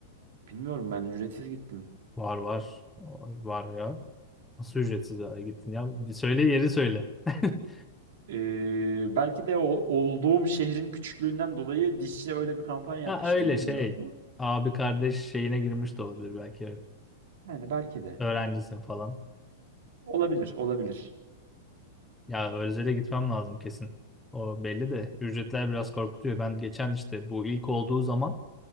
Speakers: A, on the right; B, in the centre.
A: bilmiyorum ben ücretsiz gittim.
B: Var var. Ay, Var ya. Nasıl ücretsiz ya gittin ya? Bir söyle yeri söyle. <laughs>
A: Eee, belki de o olduğum şehrin küçüklüğünden dolayı dişçi öyle bir kampanya yapmıştır
B: Ha öyle
A: bilmiyorum
B: şey.
A: ama
B: Abi kardeş şeyine girmiş de olabilir belki. evet.
A: yani belki de.
B: Öğrencisin falan.
A: Olabilir, olabilir.
B: Ya Özel'e gitmem lazım kesin. O belli de ücretler biraz korkutuyor. Ben geçen işte bu ilk olduğu zaman